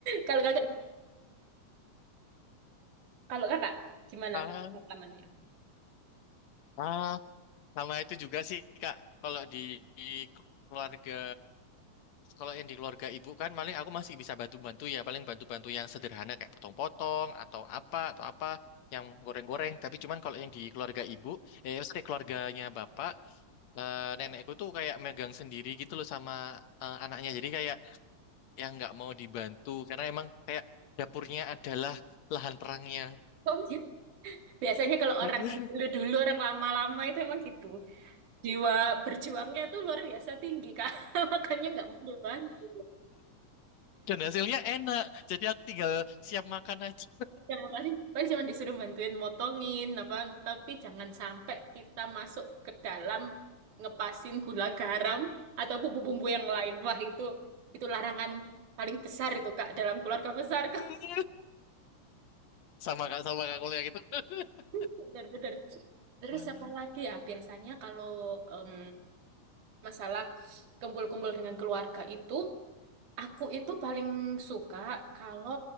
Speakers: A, on the right (about 75°); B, on the left (about 65°).
A: Kalau kakak Kalau kakak, gimana
B: Ah,
A: pengalamannya?
B: ah, sama itu juga sih Kak. Kalau di, di keluarga, kalau yang di keluarga ibu kan paling aku masih bisa bantu-bantu ya. Paling bantu-bantu yang sederhana kayak potong-potong atau apa atau apa yang goreng-goreng. Tapi cuman kalau yang di keluarga ibu, eh maksudnya keluarganya bapak, eh, nenekku tuh kayak megang sendiri gitu loh sama eh, anaknya. Jadi kayak yang nggak mau dibantu karena emang kayak dapurnya adalah lahan perangnya.
A: Oh, iya. biasanya kalau
B: <laughs>
A: orang dulu-dulu, orang lama-lama itu emang gitu. Jiwa berjuangnya tuh luar biasa tinggi, Kak. <laughs> Makanya nggak mau dibantu.
B: Dan hasilnya enak, jadi aku tinggal siap makan aja.
A: Ya, paling, paling cuma disuruh bantuin motongin, apa, tapi jangan sampai kita masuk ke dalam ngepasin gula garam atau bumbu-bumbu yang lain. Wah, itu itu larangan paling besar itu, Kak, dalam keluarga besar,
B: <laughs>
A: Kak.
B: Sama kak, sama kak kuliah gitu. <laughs>
A: <laughs> Benar-benar. Terus
B: Walah.
A: apa lagi ya? Biasanya kalau em, masalah kumpul-kumpul dengan keluarga itu, aku itu paling suka kalau